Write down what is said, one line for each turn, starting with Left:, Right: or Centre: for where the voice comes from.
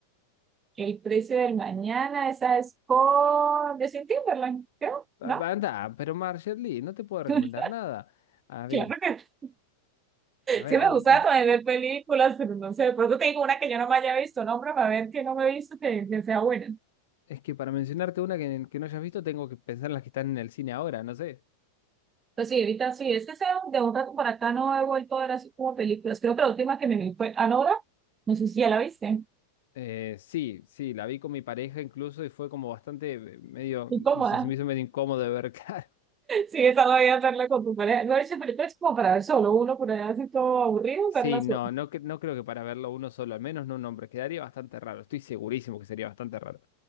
Right: El precio del mañana, esa es con Justin Timberlake, creo,
Left: a-
Right: ¿no?
Left: anda, pero Marjarlis, no te puedo recomendar
Right: <laughs>
Left: nada. A
Right: Claro
Left: ver,
Right: que
Left: a ver,
Right: sí me
Left: algo,
Right: gusta también ver películas, pero no sé, por eso te digo una que yo no me haya visto, nombre para ver que no me he visto que, que sea buena.
Left: Es que para mencionarte una que, que no hayas visto, tengo que pensar en las que están en el cine ahora, no sé.
Right: Entonces sí, ahorita sí, es que sea de un rato para acá no he vuelto a ver así como películas. Creo que la última que me vi fue Anora, no sé si ya la viste,
Left: Eh, sí, sí, la vi con mi pareja incluso y fue como bastante eh, medio,
Right: incómoda.
Left: no sé, se me hizo medio incómodo de ver, <laughs> claro.
Right: Sí, esa la voy a verla con tu pareja. No, esa película es como para ver solo uno, por allá así todo aburrido,
Left: Sí,
Right: verla
Left: no,
Right: sola.
Left: no, cre- no creo que para verlo uno solo, al menos no un hombre, quedaría bastante raro, estoy segurísimo que sería bastante raro.